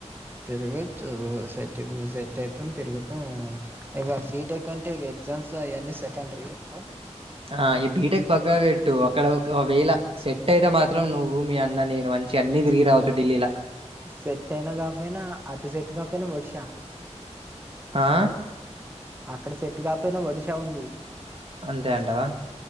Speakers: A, on the right; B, on the right.
A: తిరగచ్చు సెట్ సె సెట్ అయితే తిరుగుతాం ఇక బీటెక్ అంటే ఎగ్జామ్స్ అవన్నీ సెకండరీ ఇంకా
B: ఆ ఈ బీటెక్ పక్కకు పెట్టు అక్కడ ఒకవేళ సెట్ అయితే మాత్రం నువ్వు మీ అన్న నేను మంచి అన్ని అన్ని తిరిగి రావచ్చు ఢిల్లీలా
A: సెట్ అయినా కాకపోయినా అతి సెట్ కాకపోయినా వడిషా
B: ఆ
A: అక్కడ సెట్ కాపోయినా ఒడిషా ఉంది
B: అంతే అంటావా